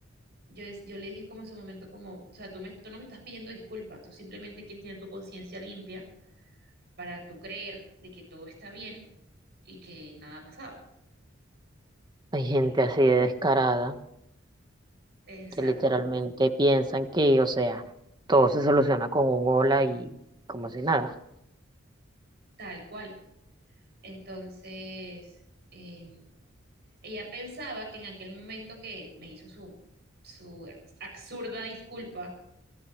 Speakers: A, on the right; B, on the right.
A: Yo, es- yo le dije como en su momento, como, o sea, tú, me, tú no me estás pidiendo disculpas, tú simplemente quieres tener tu conciencia limpia para tú creer de que todo está bien y que nada ha pasado.
B: Hay gente
A: E,
B: así de descarada
A: Exacto,
B: que literalmente piensan que, o sea, todo se soluciona con un hola y como si nada.
A: tal cual. Entonces, em, ella pensaba que en aquel momento que me hizo su, su ex- absurda disculpa,